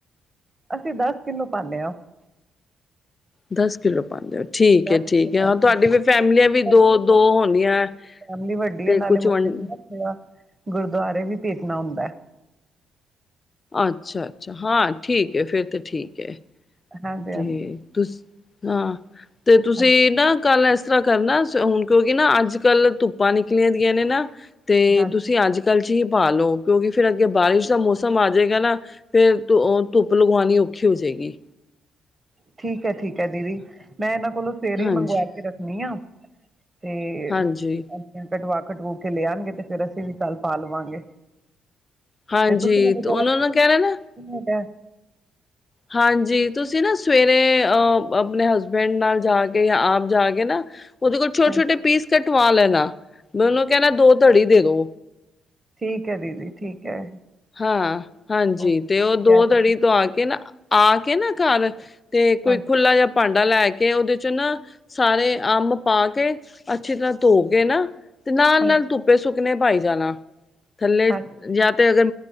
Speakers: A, on the right; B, on the left.
A: ਅਸੀਂ ਦਸ ਕਿਲੋ ਪਾਨੇ ਆ।
B: ਦਸ ਕਿਲੋ ਪਾਂਦੇ ਹੋ ਠੀਕ
A: ਦਸ
B: ਹੈ ਠੀਕ
A: ਕਿੱਲੋ
B: ਹੈ ਹਾਂ ਤੁਹਾਡੀ ਵੀ ਫੈਮਲੀਆਂ ਵੀ
A: ਪਾਉਂਦੇ
B: ਦੋ ਦੋ ਹੋਣੀਆਂ।
A: ਫੈਮਲੀ ਵੱਡੀ
B: ਤੇ
A: ਹੈ
B: ਕੁਛ
A: ਨਾਲੇ <unintelligible>
B: ਵੰਡ
A: ਨਾ ਗੁਰਦੁਆਰੇ ਵੀ ਭੇਜਣਾ ਹੁੰਦਾ ਹੈ।
B: ਅੱਛਾ ਅੱਛਾ ਹਾਂ ਠੀਕ ਹੈ ਫਿਰ ਤਾਂ ਠੀਕ ਹੈ।
A: ਹਾਂਜੀ
B: ਤੇ
A: ਹਾਂਜੀ
B: ਤੁਸ ਹਾਂ ਤੇ ਤੁਸੀਂ
A: ਹਾਂਜੀ
B: ਨਾ ਕੱਲ ਇਸ ਤਰ੍ਹਾਂ ਕਰਨਾ ਹੁਣ ਕਿਉਂਕਿ ਨਾ ਅੱਜ ਕੱਲ ਧੁੱਪਾਂ ਨਿਕਲੀਆਂ ਦੀਆਂ ਨੇ ਨਾ ਤੇ
A: ਹਾਂਜੀ
B: ਤੁਸੀਂ ਅੱਜ ਕੱਲ 'ਚ ਹੀ ਪਾ ਲਉ ਕਿਉਂਕਿ ਫਿਰ ਅੱਗੇ ਬਾਰਿਸ਼ ਦਾ ਮੌਸਮ ਆ ਜਾਵੇਗਾ ਨਾ ਫਿਰ ਧੁੱਪ ਲਗਵਾਉਣੀ ਔਖੀ ਹੋ ਜਾਏਗੀ
A: ਠੀਕ ਹੈ ਠੀਕ ਹੈ ਦੀਦੀ ਮੈਂ ਇਹਨਾਂ ਕੋਲੋਂ ਸਵੇਰੇ
B: ਹਾਂਜੀ
A: ਹੀ ਮੰਗਵਾ ਕੇ ਰੱਖਣੀ ਆ ਤੇ <unintelligible>
B: ਹਾਂਜੀ
A: ਕਟਵਾ ਕਟਵਾ ਕੇ ਲੈ ਆਉਣਗੇ ਤੇ ਫਿਰ ਅਸੀਂ ਵੀ ਕੱਲ ਪਾ ਲਵਾਂਗੇ
B: ਹਾਂਜੀ
A: ਤੇ ਤੁਸੀਂ ਮੈਨੂੰ
B: ਤੇ ਉਹਨਾਂ ਨੂੰ ਕਹਿਣਾ ਨਾ
A: <unintelligible> ਹੈਗਾ
B: ਹਾਂਜੀ ਤੁਸੀਂ ਨਾ ਸਵੇਰੇ ਅਹ ਆਪਣੇ ਹਸਬੈਂਡ ਨਾਲ ਜਾ ਕੇ ਆਪ ਜਾ ਕੇ ਨਾ ਉਹਦੇ ਕੋਲੋਂ
A: ਹਾਂਜੀ
B: ਛੋਟੇ ਛੋਟੇ ਪੀਸ ਕਟਵਾ ਲੈਣਾ ਮੈਂ ਉਹਨੂੰ ਕਹਿਣਾ ਦੋ ਧੜੀ ਦੇ ਦੋ
A: ਠੀਕ ਹੈ ਦੀਦੀ ਠੀਕ ਹੈ।
B: ਹਾਂ ਹਾਂਜੀ
A: ਓਕੇ
B: ਤੇ ਉਹ ਦੋ
A: ਕਹਿ
B: ਤੜੀ
A: ਦਾਂਗੀ
B: ਧਵਾ ਕੇ ਨਾ ਆ ਕੇ ਨਾ ਘਰ ਤੇ ਖੁੱਲਾ
A: ਹਾਂਜੀ
B: ਜਿਹਾ ਭਾਂਡਾ ਲੈ ਕੇ ਉਹਦੇ ਚ ਨਾ ਸਾਰੇ ਅੰਬ ਪਾ ਕੇ ਅੱਛੀ ਤਰ੍ਹਾਂ ਧੋ ਕੇ ਨਾ ਤੇ ਨਾਲ
A: ਹਾਂਜੀ
B: ਨਾਲ ਧੁੱਪੇ ਸੁੱਕਣੇ ਪਾਈ ਜਾਣਾ ਥੱਲੇ
A: ਹਾਂ
B: ਜਾਂ ਤੇ ਅਗਰ